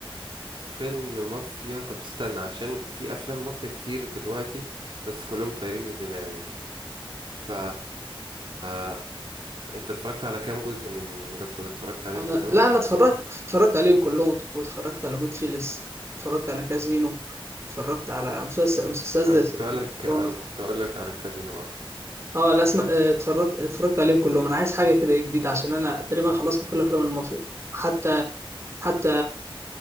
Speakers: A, on the right; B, on the right.
A: فيلم مافيا طب استنى عشان في افلام مافيا كتير دلوقتي بس كلهم طايرين من دماغي ف آه، انت اتفرجت على كام جزء من جود فازر اتفرجت عليهم
B: انا
A: كلهم
B: لا انا اتفرجت اتفرجت عليهم كلهم واتفرجت على جود فيلز اتفرجت على كازينو اتفرجت على مسلسل مسلسل زي
A: انا كنت اقول لك
B: سوبرانوس.
A: او كنت اقول لك على كازينو اه
B: اه لا اسمع اه، اتفرجت اتفرجت عليهم كلهم انا عايز حاجه كده جديده عشان انا تقريبا خلصت كل افلام المافيا حتى حتى